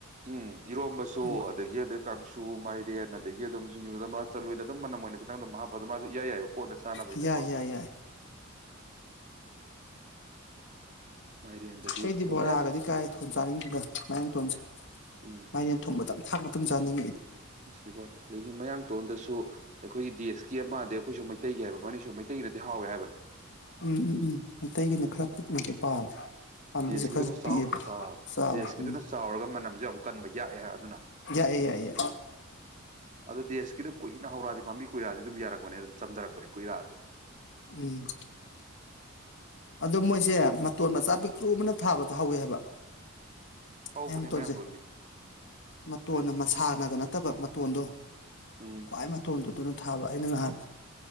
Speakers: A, on the right; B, on the left.
A: ꯎꯝ ꯏꯔꯣꯝꯕꯁꯨ
B: ꯎꯝ
A: ꯑꯗꯒꯤ ꯑꯗꯩ ꯀꯥꯡꯁꯨ ꯃꯥꯏꯔꯦꯟ ꯑꯗꯒꯤ ꯑꯗꯨꯝ ꯁꯤꯡꯖꯨꯗ ꯃꯥꯆꯟꯑꯣꯏꯅ ꯑꯗꯨꯝ ꯃꯅꯝ ꯑꯣꯏꯅ ꯈꯤꯇꯪ ꯑꯗꯨꯝ ꯍꯥꯞꯄ ꯑꯗꯣ ꯃꯥꯁꯨ ꯏꯌꯥ ꯌꯥꯏꯑꯕ ꯀꯣꯠꯅ ꯆꯥꯅꯕꯩꯗꯀꯣ
B: ꯌꯥꯏ ꯌꯥꯏ ꯌꯥꯏ
A: ꯃꯥꯏꯔꯦꯟꯗꯗꯤ
B: ꯑꯩꯗꯤ
A: ꯑꯗꯣ
B: ꯕꯣꯔꯥꯒꯗꯤ
A: ꯃꯌꯥꯡ
B: ꯀꯥꯌꯦ ꯊꯣꯅ ꯆꯥꯅꯤꯡꯗꯦꯗ ꯃꯥꯌꯥꯡꯇꯣꯟꯁꯦ
A: ꯎꯝ
B: ꯃꯥꯏꯔꯦꯟ ꯊꯣꯡꯕꯇꯪ ꯊꯥꯛꯄꯇꯪ ꯆꯥꯅꯤꯡꯉꯤ <unintelligible>
A: ꯅꯨꯡꯁꯤꯕꯋꯥꯅꯤ ꯑꯗꯒꯤ ꯃꯌꯥꯡꯇꯣꯟꯗꯁꯨ ꯑꯩꯈꯣꯏꯒꯤ ꯗꯦꯁ ꯀꯤ ꯑꯃ ꯑꯩꯈꯣꯏꯁꯨ ꯃꯩꯇꯩꯒꯤ ꯍꯥꯏꯕ ꯑꯅꯤꯁꯨ ꯃꯩꯇꯩꯒꯤꯅꯗꯤ ꯍꯥꯎꯋꯦ ꯍꯥꯏꯕꯅꯦ
B: ꯎꯝ ꯎꯝ ꯎꯝ ꯃꯩꯇꯩꯒꯤꯅ ꯈꯔ ꯄꯤꯛꯅꯁꯨ ꯄꯥꯜꯂꯦ ꯄꯥꯝꯕꯤꯁꯨ
A: ꯗꯦꯁꯀꯤꯗꯨꯅ
B: ꯈꯔꯁꯨ
A: ꯆꯥꯎ
B: ꯄꯤꯛꯑꯦꯕ
A: ꯑ
B: ꯆꯥꯎꯋꯦ
A: ꯗꯦꯁꯀꯤꯗꯨꯅ
B: ꯎꯝ
A: ꯆꯥꯎꯔꯒ ꯃꯅꯝꯖꯨ ꯌꯥꯝ ꯀꯟꯕ ꯌꯥꯛꯑꯦ ꯍꯥ ꯑꯗꯨꯅ
B: ꯌꯥꯏꯌꯦ ꯌꯥꯏ ꯌꯥꯏ
A: ꯑꯗꯨ ꯗꯦꯁꯀꯤꯗꯨ ꯀꯨꯏꯅ ꯍꯧꯔꯛꯑꯗꯤ ꯄꯥꯝꯕꯤ ꯀꯨꯏꯔꯑꯗꯤ ꯑꯗꯨꯝ ꯌꯥꯔꯛꯄꯅꯦ ꯆꯝꯗꯔꯛꯄꯅꯦ ꯀꯨꯏꯔꯑꯗꯤ
B: ꯎꯝ ꯑꯗꯣ ꯃꯣꯏꯁꯦ ꯃꯇꯣꯟ ꯃꯆꯥ ꯄꯤꯛꯇ꯭ꯔꯨ ꯑꯃꯅ ꯊꯥꯕꯗ ꯍꯧꯋꯦ ꯍꯥꯕ
A: ꯍꯧꯕꯅꯦ
B: ꯃꯌꯥꯡꯇꯣꯟꯁꯦ
A: ꯃꯌꯥꯡꯇꯣꯟꯗꯤ
B: ꯃꯇꯣꯟꯅ ꯃꯁꯥ ꯊꯥꯅꯒ ꯅꯠꯇꯕ ꯃꯇꯣꯟꯗꯣ
A: ꯎꯝ
B: ꯈ꯭ꯋꯥꯏ ꯃꯇꯣꯟꯗꯨꯗ ꯅ ꯊꯥꯕ ꯑꯩꯅ ꯉꯍꯥꯟ